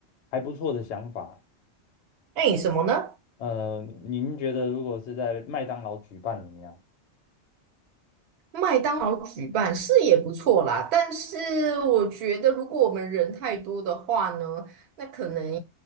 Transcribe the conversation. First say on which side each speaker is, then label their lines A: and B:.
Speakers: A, on the left; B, on the right.
A: 还不错的想法，
B: 哎，什么呢？
A: 呃，您觉得如果是在麦当劳举办怎么样？
B: 麦当劳举办是也不错啦，但是我觉得如果我们人太多的话呢，那可能